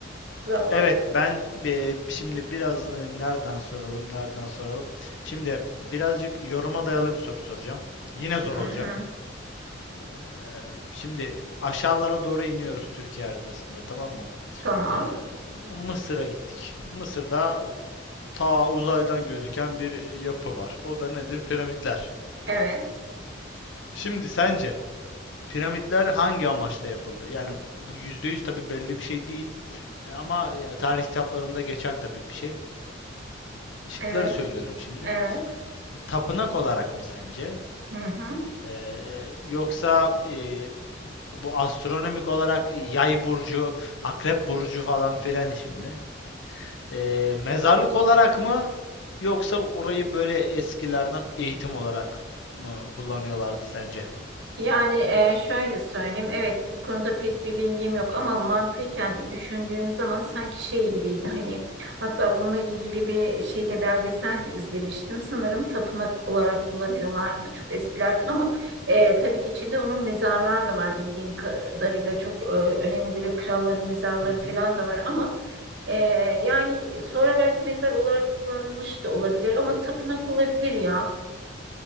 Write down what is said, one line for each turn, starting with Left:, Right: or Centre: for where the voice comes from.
Right: <laughs> Tamam.
Left: Evet ben e, şimdi biraz e, nereden soralım, nereden soralım. Şimdi birazcık yoruma dayalı bir soru soracağım. Yine zor
Right: Hı
Left: olacak.
Right: hı.
Left: Ee, şimdi aşağılara doğru iniyoruz Türkiye haritasında tamam mı?
Right: Tamam.
Left: Ee, Mısır'a gittik. Mısır'da ta uzaydan gözüken bir yapı var. O da nedir? Piramitler.
Right: Evet.
Left: Şimdi sence Piramitler hangi amaçla yapıldı? Yani bu %100 tabii belli bir şey değil. E, Ama ya, tarih kitaplarında geçen tabii bir şey. Şıkları
Right: Evet.
Left: söylüyorum şimdi.
Right: Evet.
Left: E, Tapınak olarak mı sence?
Right: Hı hı.
Left: E, yoksa e, bu astronomik olarak e, yay burcu, akrep burcu falan filan için mi? E, mezarlık olarak mı? Yoksa orayı böyle eskilerden eğitim olarak mı kullanıyorlardı sence?
Right: Yani e, şöyle söyleyeyim, evet bu konuda pek bir bilgim yok ama mantıken düşündüğüm zaman sanki şey gibiydi hani hatta bununla ilgili bir şeyde belgesel izlemiştim sanırım tapınak olarak kullanıyorlardı çok eskilerden ama e, tabii ki içinde onun mezarlar da var bildiğim kadarıyla çok e, önemli böyle kralların mezarları
Left: Hı hı.
Right: falan da var ama e, yani sonra belki mezar olarak kullanılmış da olabilir ama tapınak olabilir ya